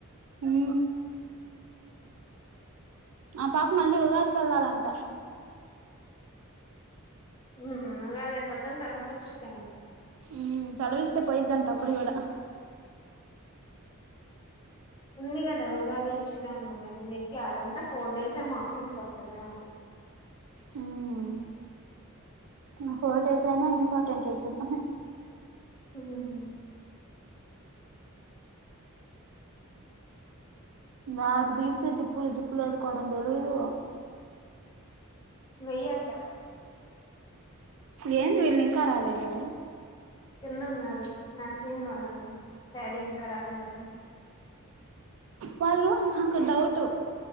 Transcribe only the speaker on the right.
ఊ ఆ పాప మళ్ళీ ఉగాదికి వెళ్ళాలంట.
హ్మ్ సెలవ్ ఇస్తే పోయిద్దంట అప్పుడు కూడా
మ్మ్ ఆ హోర్ డేస్ అయినా ఇంపార్టెంట్ ఇప్పుడు
బ్యాగ తీస్తే జీప్పులు జీప్పులు వేసుకోవడం తెలీదు
ఏంది వీళ్ళు ఇంకా రాలేదు
వాల్ నాకు డౌట్